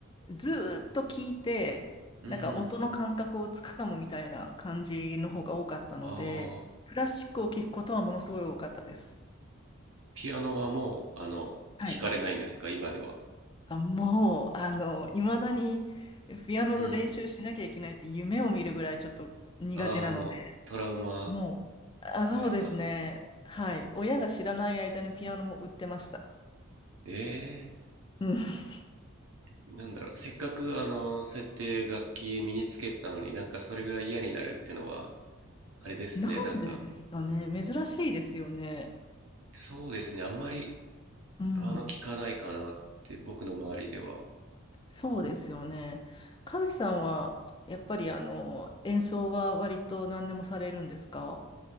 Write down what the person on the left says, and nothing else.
ずーっと聞いて、
なんか音の感覚をつかむみたいな感じの方が多かったので、
クラシックを聞くことはものすごい多かったです。
はい。
あ、もう、あの、いまだにピアノの練習しなきゃいけないって夢を見るぐらいちょっと苦手なので
もう、あ、そうですね。
はい。親が知らない間にピアノも売ってました。
うん。<laughs>
なんでですかね。
珍しいですよね。
うん。
そうですよね。
和樹さんは、やっぱりあの、演奏は割と何でもされるんですか